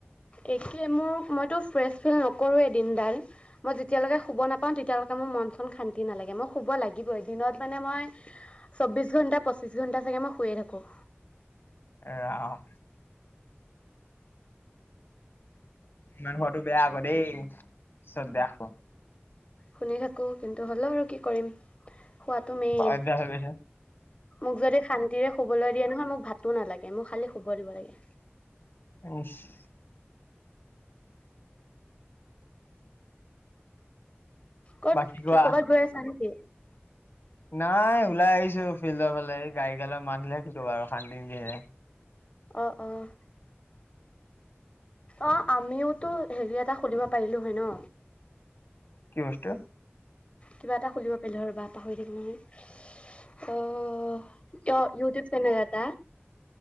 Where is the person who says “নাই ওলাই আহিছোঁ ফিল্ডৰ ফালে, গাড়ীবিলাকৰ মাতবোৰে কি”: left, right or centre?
Left